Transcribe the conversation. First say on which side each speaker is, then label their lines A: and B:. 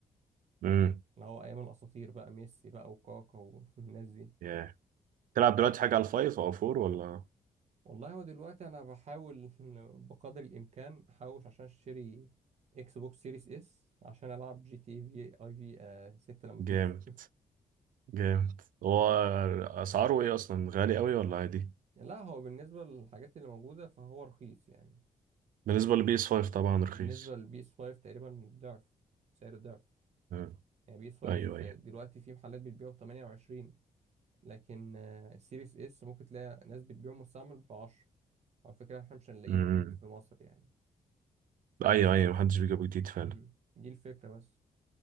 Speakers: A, on the right; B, on the right.
A: امم
B: اللي هو ايام الاساطير بقى ميسي بقى وكاكا والناس دي
A: ياه تلعب دلوقتي حاجة على الفايف او فور ولا
B: والله هو دلوقتي انا بحاول <laughs> بقدر الامكان احوش عشان اشتري اكس بوكس سيريس اس عشان العب جي تي اي في اي في آه 6 لما
A: جامد
B: تنزل
A: جامد هو
B: والله يعني
A: اسعاره ايه اصلا غالي قوي ولا عادي
B: لا هو بالنسبه للحاجات اللي موجوده فهو رخيص يعني
A: بالنسبة
B: يعني
A: لبيس 5 طبعا رخيص
B: بالنسبه للبي اس 5 تقريبا ضعف سعره ضعف
A: أمم.
B: يعني بي اس 5
A: ايوه ايوه
B: دلوقتي في محلات بتبيعه ب 28 لكن آه سيريس اس ممكن تلاقي ناس بتبيعه مستعمل ب 10 على فكره احنا مش هنلاقيه
A: أمم.
B: جديد في مصر يعني
A: ايوه ايوه محدش بيجيبه جديد فعلا
B: امم دي الفكره بس